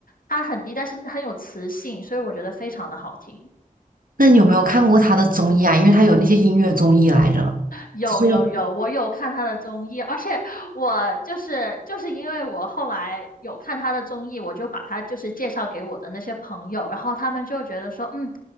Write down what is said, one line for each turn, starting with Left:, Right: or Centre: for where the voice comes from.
Left: 他很低，但是很有磁性，所以我觉得非常的好听。
Right: 那你有没有看过他的综艺啊？因为他有那些音乐综艺来着。
Left: 有有有，
Right: 其实
Left: 我有看他的综艺，而且我就是就是因为我后来有看他的综艺，我就把他就是介绍给我的那些朋友，然后他们就觉得说，嗯，